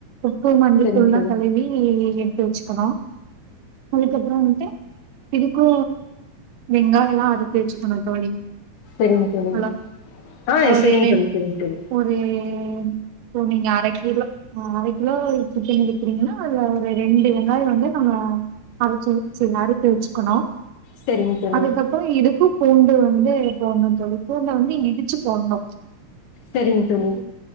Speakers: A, on the right; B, on the left.
A: உப்பு மஞ்சதூள்லா
B: செரிங் தோழி
A: கழுவி வெச்சுக்கணு அதுக்கப்புற வந்ட்டு இதுக்கு வெங்காய எல்லா அறுத்து வெச்சுக்கணு தோழி
B: செரிங்க தோழி
A: ஹலோ
B: ஆ
A: ஒரு
B: செரிங்க
A: ரெண்
B: தோழி செரிங்க தோழி
A: ஒரு இப்போ நீங்க அரை கிலோ அரை கிலோ சிக்கன் எடுக்கிறிங்கனா அதுல ஒரு ரெண்டு வெங்காய வந்து நம்ம அரைச்சு அறுத்து வெச்சுக்கணு
B: செரிங் தோழி
A: அதுக்கப்புற இதுக்கு பூண்டு வந்து போடணு தோழி பூண்ட வந்து இடிச்சு போடணு
B: சரிங் தோழி